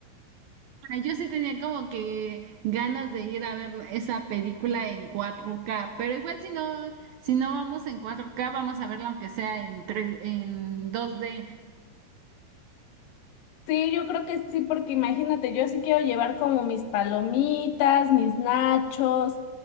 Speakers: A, on the right; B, on the left.
A: Ah, Yo sí tenía como que ganas de ir a ver esa película en cuatro k pero igual si no, si no vamos en cuatro k vamos a verla aunque sea en 3 en dos d
B: Sí, yo creo que sí, porque imagínate, yo sí quiero llevar como mis palomitas, mis nachos,